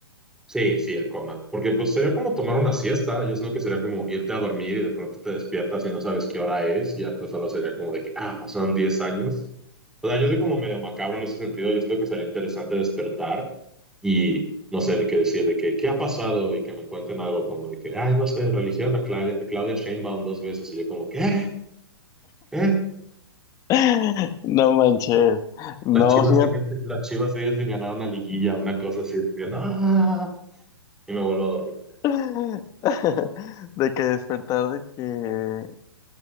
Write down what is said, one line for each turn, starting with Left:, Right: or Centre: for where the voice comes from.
Centre: Sí, sí, el coma. Porque pues sería como tomar una siesta. Yo siento que sería como irte a dormir y de pronto te despiertas y no sabes qué hora es. Y ahorita solo sería como de que, ah, pasaron 10 años. O sea, yo soy como medio macabro en ese sentido. Yo siento que sería interesante despertar y no sé de qué decir, de que, qué ha pasado y que me cuenten algo como de que, ay, no sé, religieron a Claudia, a Claudia Sheinbaum dos veces. Y yo como, ¿qué? ¿Qué?
Left: <laughs> No manches. No,
Centre: Las chivas
Left: fíjate.
Centre: siguen, las chivas siguen sin ganar una liguilla, una cosa así. Y yo, no. Y me vuelvo a dormir.
Left: <laughs> De que despertar de que,